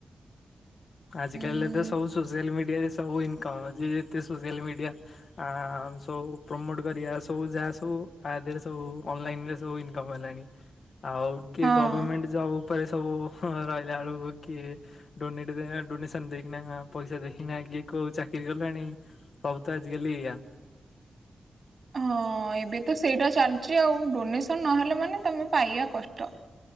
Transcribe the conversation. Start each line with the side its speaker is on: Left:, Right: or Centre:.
Left: ଆଜିକାଲି
Right: ଉଁ
Left: ଏତେ ସବୁ ସୋସିଆଲ ମିଡିଆରେ ସବୁ ଇନକମ୍। ଯିଏ ଯେତେ ସୋସିଆଲ ମିଡିଆ ଆ ସବୁ ପ୍ରମୋଟ କରିବା ସବୁ ଯାହା ସବୁ ଆ ଦେହରେ ସବୁ ଅନଲାଇନରେ ସବୁ ଇନକମ ହେଲାଣି ଆଉ କିଏ
Right: ହଁ
Left: ଗଭମେଣ୍ଟ ଜବ ଉପରେ ସବୁ ରହିଲା ବେଳକୁ କିଏ ଡୋନଟ <unintelligible> ଡୋନେସନ ଦେଇକିନା ପଇସା ଦେଇକିନା କିଏ କୋଉ ଚାକିରି କଲାଣି ସବୁ ତ ଆଜିକାଲି ଏଇଆ
Right: ହଁ ଏବେ ତ ସେଇଟା ଚାଲିଛି ଆଉ ଡୋନେସନ ନହେଲେ ମାନେ ତମେ ପାଇବା କଷ୍ଟ।